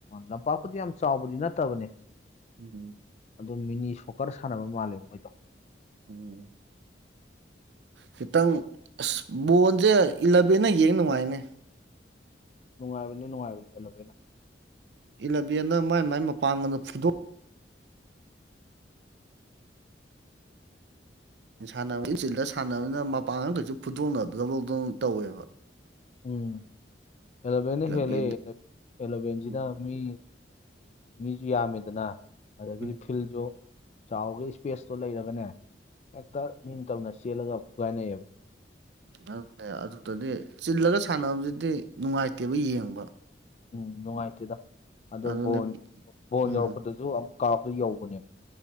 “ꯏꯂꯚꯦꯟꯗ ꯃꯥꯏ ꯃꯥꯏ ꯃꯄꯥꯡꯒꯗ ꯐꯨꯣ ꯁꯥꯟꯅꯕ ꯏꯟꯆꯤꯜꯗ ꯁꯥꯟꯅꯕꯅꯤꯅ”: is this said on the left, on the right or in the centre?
Right